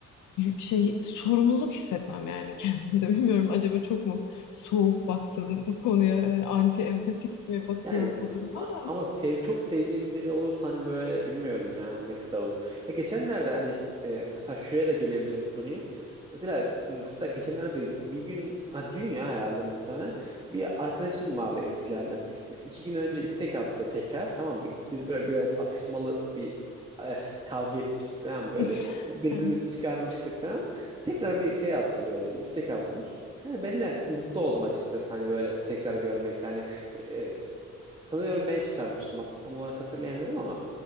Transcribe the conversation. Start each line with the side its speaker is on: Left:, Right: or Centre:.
Left: şey sorumluluk hissetmem yani kendimde <laughs> bilmiyorum acaba çok mu soğuk baktım bu konuya e, anti empatik mi bakıyorum
Right: Yani
Left: bu duruma
Right: a-
Left: da
Right: ama sev çok sevdiğim biri olursa hani böyle bilmiyorum ya hani, ne kadar olur. Ya geçenlerde hani e, mesela şuraya da gelebilirim konuyu. Mesela m, hatta geçenlerde değil bir gün ha dün ya herhalde muhtemelen bir arkadaşım vardı eskilerden. Hani iki gün önce istek attı tekrar tamam bi- biz böyle biraz atışmalı bir e, kavga etmiştik falan böyle.
Left: <laughs>
Right: Birbirimizi çıkarmıştık falan. Tekrar bir şey attı böyle bir istek atmış. Yani ben de mutlu oldum açıkçası hani böyle tekrar görmekten. Hani e, Sanıyorum ben çıkarmıştım. Hat- Tam olarak hatırlayamıyorum ama